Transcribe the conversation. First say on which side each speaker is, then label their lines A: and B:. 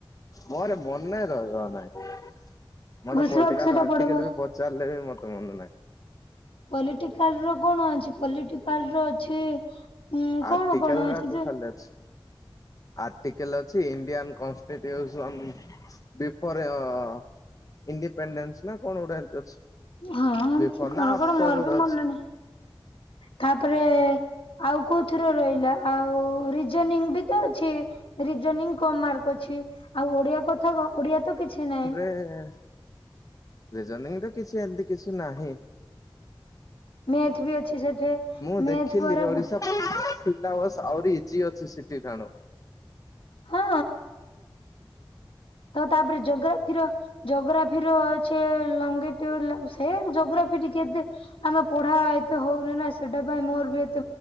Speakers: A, on the left; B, on the left.
A: ମୋରେ ମନେ ରହିବ ନାହିଁ। ମତେ
B: ଘୋଷିବାକୁ
A: ପଲିଟିକାଲ
B: ସେଟା
A: ଆର୍ଟିକାଲି
B: ପଡିବ।
A: ବି ପଚାରିଲେ ବି ମତେ ମନେ ନାହିଁ।
B: ପଲିଟିକାଲ ର କଣ ଅଛି ପଲିଟିକାଲ ର ଅଛି ଉଁ
A: ଆର୍ଟିକାଲ
B: କଣ କଣ ଅଛି
A: ରା କୋଉ
B: ଯେ
A: ଖାଲିଅଛି। ଆର୍ଟିକାଲ ଅଛି ଇଣ୍ଡିଆନ୍ କନଷ୍ଟିଟ୍ୟୁସନ ବିଫୋର ରେ ଇଡିପେଣ୍ଡେନ୍ସ ନା କଣ ଗୋଟେ ଏମିତି ଅଛି।
B: ହଁ ଏମିତି
A: ବିଫୋର
B: କଣ
A: ନା ଆଫ୍ଟର
B: କଣ ମୋର
A: ଗୋଟେ
B: ବି ମନେ
A: ଅଛି।
B: ନାହିଁ ତାପରେ ଆଉ କୋଉଥିର ରହିଲା ଆଉ ରିଜାନିଙ୍ଗ ବି ତ ଅଛି ରିଜା ନିଙ୍ଗ କମ ମାର୍କ ଅଛି ଆଉ ଓଡିଆ କଥା କହ ଓଡିଆ ତ କିଛି ନହିଁ।
A: ଏଁ ଏଁ ରିଜନିଙ୍ଗ୍ ତ କିଛି ଏମିତି କିଛି ନାହିଁ।
B: ମେ ଏଠି ବି ଅଛି ସେଠି।
A: ମୁଁ
B: ମେଥ
A: ଦେଖିଲି
B: ପରେ
A: ଓଡିଶା <unintelligible> ବସ ଆହୁରି ଇଜି ଅଛି ସିଟି ଠାଣୁ।
B: ହଁ ତ ତାପରେ ଯୋଗ୍ରାଫିର ଜୋଗ୍ରାଫିର ଅଛି ଲଙ୍ଗେ ଟୁ ସେ ଜୋଗ୍ରାଫି ଟିକେ ଦେ ଆମେ ପଢା ଏତେ ହୋଉନି ନାଁ ସେଟା ପାଇଁ ମୋର ବି ଏ